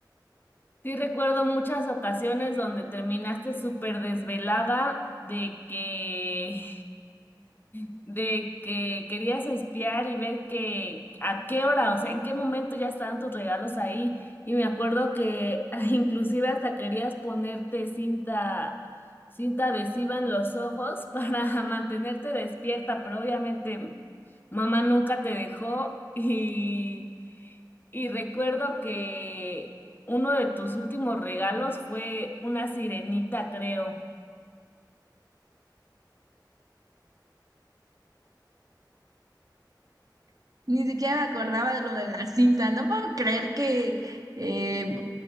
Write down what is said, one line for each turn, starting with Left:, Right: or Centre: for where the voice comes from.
Left: Sí, recuerdo muchas ocasiones donde terminaste súper desvelada de que <laughs> de que querías espiar y ver que a qué hora, o sea, en qué momento ya estaban tus regalos ahí. Y me acuerdo que <laughs> inclusive hasta querías ponerte cinta, cinta adhesiva en los ojos para <laughs> mantenerte despierta, pero obviamente mamá nunca te dejó y, y recuerdo que uno de tus últimos regalos fue una sirenita, creo.
Right: Ni siquiera me acordaba de lo de la cinta. No puedo creer que eh,